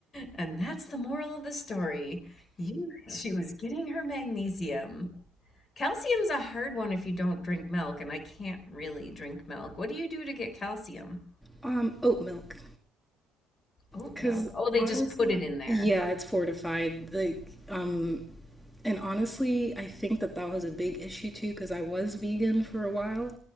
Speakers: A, on the left; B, in the centre.
A: And that's the moral of the story. You, she was getting her magnesium. Calcium's a hard one if you don't drink milk, and I can't really drink milk. What do you do to get calcium?
B: Um, oat milk.
A: Oat
B: Because
A: milk. Oh, they
B: honestly,
A: just put it in there.
B: yeah, it's fortified. Like, um, and honestly, I think that that was a big issue too, because I was vegan for a while